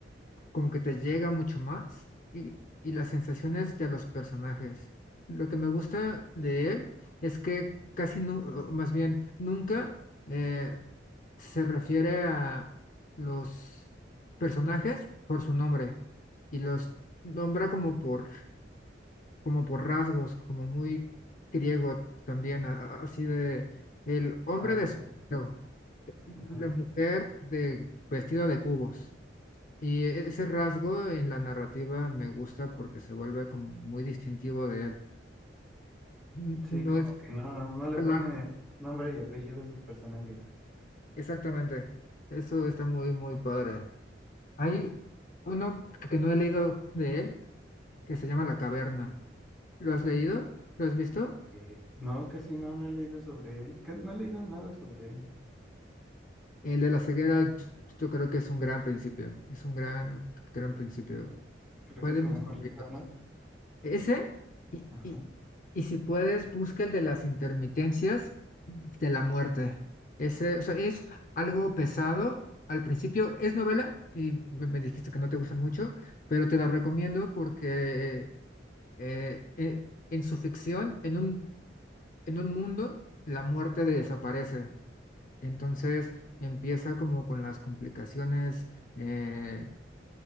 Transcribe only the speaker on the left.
como que te llega mucho más y, y las sensaciones de los personajes. Lo que me gusta de él es que casi, nu- o más bien, nunca eh, se refiere a los personajes por su nombre y los nombra como por, como por rasgos, como muy griego también, a- a- así de el hombre
de
sombrero, la
mujer de vestido de cubos. Y e- ese rasgo en la narrativa me gusta porque se vuelve como muy distintivo de él. N-
No
es
palabra-
<laughs>
exactamente. Eso está muy, muy padre. Hay uno que no he leído de él que se llama La Caverna. ¿Lo has leído? ¿Lo has visto?
El de la ceguera, yo, yo creo que es un gran principio. Es un gran, gran principio.
Fue
de
mis
favoritos.
Ese, y,
y, y si puedes, busca el de las intermitencias de la muerte. Ese, o sea, es algo pesado. Al principio es novela, y me, me dijiste que no te gustan mucho, pero te la recomiendo porque eh, eh, eh, en su ficción, en un, en un mundo, la muerte desaparece. Entonces empieza como con las complicaciones eh,